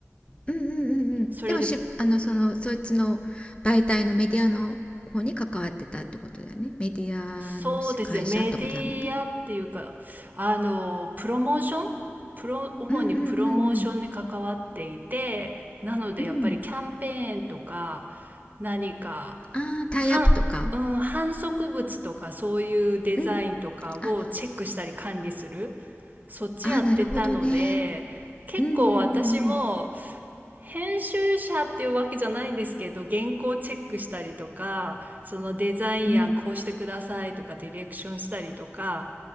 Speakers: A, on the left; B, on the right.
A: うんうんうんうんでもしあのそのそっちの媒体のメディアの方に関わってたってことだよねメディアのし会社ってことだもんね
B: それで、そうですね、メディアっていうか、あの、プロモーションプロ、主にプロモーションに関わっていて、
A: うんうんうん
B: なのでやっぱりキャンペーンとか、
A: うんうん
B: 何か
A: ああータイアップとか
B: は、うん、販促物とかそういうデザインとかをチェックしたり管理する、
A: うんあ
B: そっちやってたので、
A: あーなるほどね
B: 結構私も
A: うんうんうんうん
B: 編集者っていうわけじゃないんですけど、原稿チェックしたりとか、そのデザイン案こうしてくださいとか、
A: うん
B: ディレクションしたりとか